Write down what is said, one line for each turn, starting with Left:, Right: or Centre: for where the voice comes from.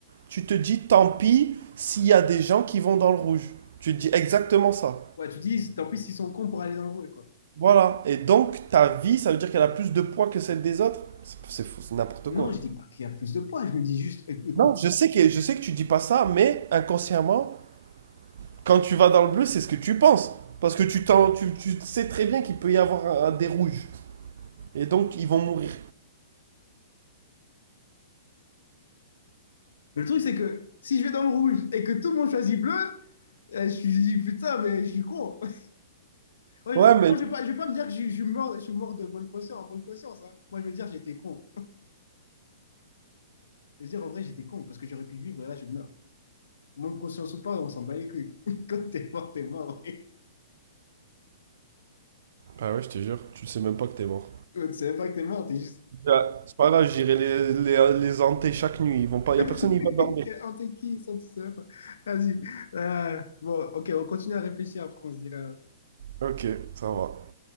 Right: Tu te dis tant pis s'il y a des gens qui vont dans le rouge. Tu te dis exactement ça.
Left: Ouais, tu dis, tant pis s'ils sont cons pour aller dans le rouge, quoi.
Right: Voilà. Et donc, ta vie, ça veut dire qu'elle a plus de poids que celle des autres. C'est c'est fou, c'est n'importe
Left: Non,
Right: quoi.
Left: je dis pas qu'il y a plus de points, je me dis juste, éc- écoute.
Right: Non, je sais que, je sais que tu dis pas ça, mais inconsciemment, quand tu vas dans le bleu, c'est ce que tu penses. Parce que tu, t'en- tu, tu sais très bien qu'il peut y avoir un- un des rouges. Et donc, ils vont mourir.
Left: Mais le truc, c'est que si je vais dans le rouge et que tout le monde choisit bleu, euh, je suis je dis, putain, mais je suis con. <laughs> Ouais,
Right: Ouais,
Left: je-
Right: mais...
Left: moi, je vais pas, je vais pas me dire que je, je suis mort, je suis mort de bonne conscience, en bonne conscience. hein. Moi, je veux dire, j'étais con. Je veux dire, en vrai, j'étais con parce que j'aurais pu vivre et là, je meurs. Bonne conscience ou pas, on s'en bat les couilles. <laughs> Quand t'es mort, t'es mort. ouais.
Right: Bah ouais, je te jure, tu sais même pas que t'es mort.
Left: Toi, Tu savais pas que t'es mort, t'es juste.
Right: Ah, C'est pas grave, j'irai les, les, les hanter chaque nuit. Ils vont pas, y a personne
Left: <laughs>
Right: qui va dormir.
Left: Quel- Oh, t'es qui? Ça, tu savais pas. Vas-y. Euh, bon, ok, on continue à réfléchir après, on se dira.
Right: Ok, ça
Left: Bon.
Right: va.